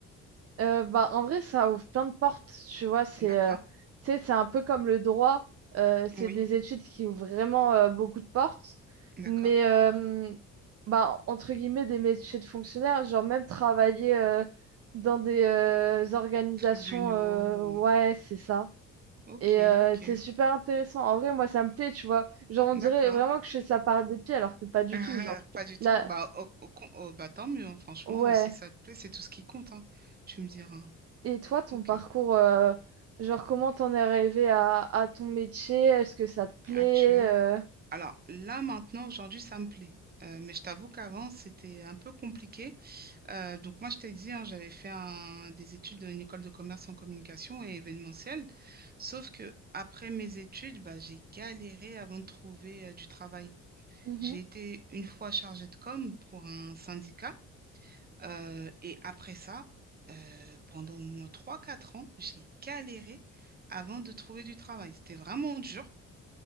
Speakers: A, on the right; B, on the right.
A: Euh, bah, en vrai, ça ouvre plein de portes, tu vois. C'est
B: D'accord?
A: euh, tu sais, c'est un peu comme le droit. euh, c'est
B: Oui,
A: des études qui ouvrent vraiment euh, beaucoup de portes.
B: d'accord.
A: Mais, euh, bah, entre guillemets, des métiers de fonctionnaire, genre même travailler euh, dans des euh, organisations,
B: Tribunaux.
A: euh, ouais,
B: euh,
A: c'est ça.
B: Ok,
A: Et euh,
B: ok,
A: c'est super intéressant. En vrai, moi, ça me plaît, tu vois. Genre, on
B: d'accord.
A: dirait vraiment
B: <laughs>
A: que je fais ça par dépit, alors que pas du
B: Ah,
A: tout, genre.
B: pas du tout.
A: Là,
B: Bah, au- au con- oh, bah tant mieux, hein, franchement,
A: ouais.
B: euh, si ça te plaît, c'est tout ce qui compte, hein. Tu me diras.
A: Et toi, ton
B: Ok,
A: parcours, euh, genre comment t'en es arrivé à, à ton métier? Est-ce que ça te plaît?
B: actuel.
A: euh
B: Alors là, maintenant, aujourd'hui, ça me plaît. Euh, mais je t'avoue qu'avant, c'était un peu compliqué. Euh, donc moi, je t'ai dit, hein, j'avais fait un- des études à une école de commerce en communication et événementiel. Sauf que après mes études, bah, j'ai galéré avant de trouver euh, du travail.
A: Mhm,
B: J'ai été une fois chargée de com pour un syndicat. euh, et après ça, euh, pendant au moins trois quatre ans, j'ai galéré avant de trouver du travail. C'était vraiment dur.